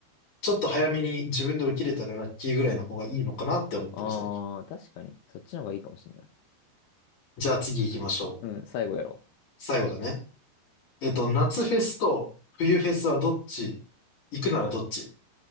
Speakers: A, on the left; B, on the left.
A: ちょっと早めに自分で起きれたらラッキーぐらいの方がいいのかなって思ってる最近。
B: ああ、確かに。そっちの方がいいかもしれない。
A: じゃあ次行きましょう。
B: うん、最後やろ
A: 最後だね。えっと、夏フェスと冬フェスはどっち行くならどっち